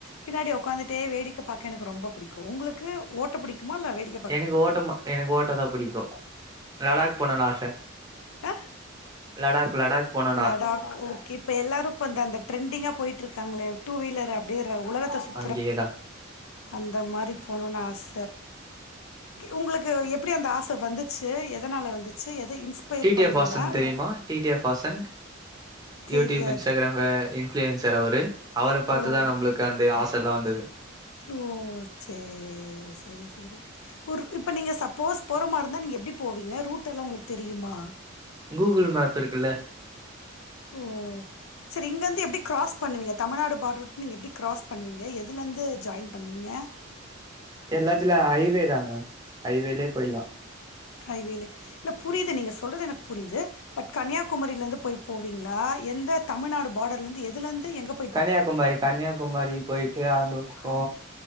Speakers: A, on the left; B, on the right.
A: பின்னாடி ஒக்காந்துட்டே வேடிக்க பாக்க எனக்கு ரொம்ப பிடிக்கு உங்களுக்கு ஓட்ட புடிக்குமா இல்ல வேடிக்
B: எனக்கு ஓட்ட ம எனக்கு ஓட்டதா புடிக்கு லடாக் போனுன் ஆச
A: ஆ.
B: லடாக் லடாக் போனா
A: லடாக் ஓகே இப்ப எல்லாரு இப்ப இந்த அந்த ட்ரெண்டிங்கா போய்ட்ருக்காங்களே டூ வீலர் அப்டியே உலகத்த சுத்து
B: அங்கேதா
A: அந்த மாரி போணுனு ஆச உங்களுக்கு எப்டி அந்த ஆச வந்துச்சு எதனால வந்து ச்சு எத இன்ஸ்பயர்
B: டி
A: பண்ணிங்களா
B: டி எஃப் வாசன்
A: இல்ல
B: தெரியுமா T T F Vasan YouTube
A: தெரியாது
B: இன்ஸ்டாகிராம் இன்ஃபளயன்சர் அவரு அவர பாத்துதா
A: ஓ
B: நம்ளுக்கு அந்த ஆசலா வந்துது
A: ஓ சேரி செரி செரி ஒரு இப்ப நீங்க சப்போஸ் போறமாருந்தா நீங்க எப்டி போவீங்க ரூட் எல்லா உங்களுக்கு தெரியுமா
B: கூகுள் மேப் இருக்குல்ல
A: ஓ சரி இங்கருந்து எப்டி க்ராஸ் பண்ணுவீங்க தமிழ்நாடு பாடர் விட்டு நீங்க எப்டி க்ராஸ் பண்ணுவீங்க எதுலேருந்து ஜாயின் பண்ணுவீங்க
B: எல்லாத்துல ஹைவே தாங்க ஹைவேலயே போய்ட்லா
A: ஹைவேல இல்ல புரியது நீங்க சொல்றது எனக்கு புரியுது பட் கன்னியாகுமரில இருந்து போய் போலிங்களா எந்த தமிழ்நாடு பார்டர்லருந்து எதுலருந்து எங்க
B: கன்னியாகுமரி கன்னியாகுமாரி போயிட்டு அந்த பக்க
A: ஆ.